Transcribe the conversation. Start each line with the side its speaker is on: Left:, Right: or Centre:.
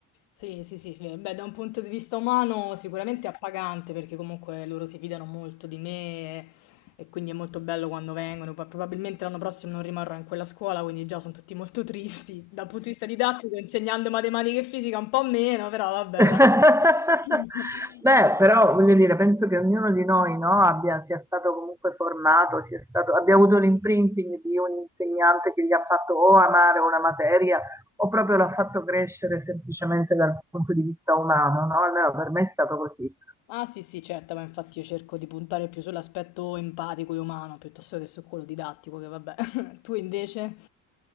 Left: Sì, sì, sì, beh, beh, da un punto di vista umano sicuramente è appagante perché comunque loro si fidano molto di me e, e quindi è molto bello quando vengono. Poi probabilmente l'anno prossimo non rimarrò in quella scuola, quindi già sono tutti molto tristi. Dal punto di vista didattico, insegnando matematica e fisica un po' meno, però vabbè,
Centre: <laughs>
Left: dai. <laughs>
Centre: Beh, però voglio dire, penso che ognuno di noi, no, abbia, sia stato comunque formato, sia stato, abbia avuto l'imprinting di un insegnante che gli ha fatto o amare una materia o proprio l'ha fatto crescere semplicemente dal punto di vista umano, no? Almeno per me è stato così.
Left: Ah sì, sì, certo, ma infatti io cerco di puntare più sull'aspetto empatico e umano piuttosto che su quello didattico, che vabbè. <laughs> Tu invece?